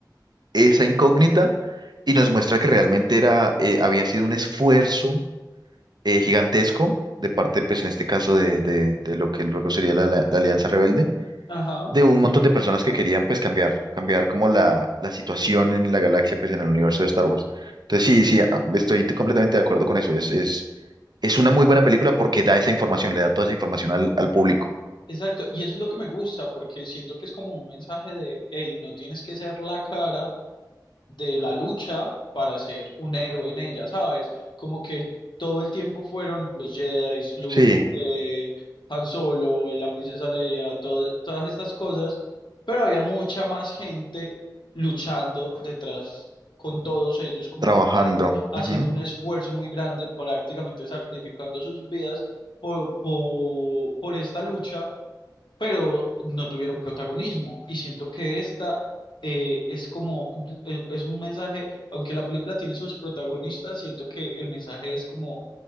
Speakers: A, on the right (about 65°); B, on the left (about 85°).
A: esa incógnita y nos muestra que realmente era, eh, había sido un esfuerzo eh, gigantesco de parte, pues en este caso, de, de- de lo que luego sería la la- la Alianza Rebelde
B: ajá,
A: de un montón de personas que querían pues cambiar, cambiar como la, la situación en la galaxia, pues en el universo de Star Wars. Entonces sí, sí, a- estoy de- completamente de acuerdo con eso. Es, es, es una muy buena película porque da esa información, le da toda esa información al, al público.
B: exacto. Y eso es lo que me gusta, porque siento que es como un mensaje de, hey, no tienes que ser la cara de la lucha para ser un héroe en ella, ¿sabes? Como que todo el tiempo fueron los Jedi, Luke,
A: Sí,
B: eh, Han Solo, la princesa Leia, todo- todas estas cosas, pero había mucha más gente luchando detrás con todos ellos, como
A: trabajando.
B: apoyando, haciendo
A: ujú.
B: un esfuerzo muy grande, prácticamente sacrificando sus vidas por, por por esta lucha pero no tuvieron protagonismo. Y siento que esta eh, es como, eh, es un mensaje, aunque la película tiene sus protagonistas, siento que el mensaje es como,